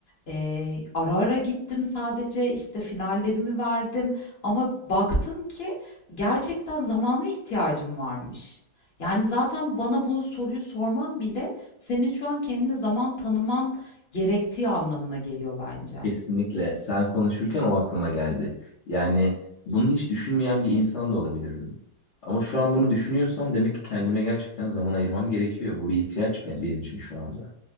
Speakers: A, on the left; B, on the left.
A: Eee, ara ara gittim sadece işte finallerimi verdim. Ama baktım ki gerçekten zamana ihtiyacım varmış. Yani zaten bana bu soruyu sorman bile senin şu an kendine zaman tanıman gerektiği anlamına geliyor bence.
B: Kesinlikle. Sen konuşurken o aklıma geldi. Yani bunu hiç düşünmeyen bir insan da olabilirdim. Ama şu an bunu düşünüyorsam demek ki kendime gerçekten zaman ayırmam gerekiyor. Bu bir ihtiyaç be- benim için şu anda.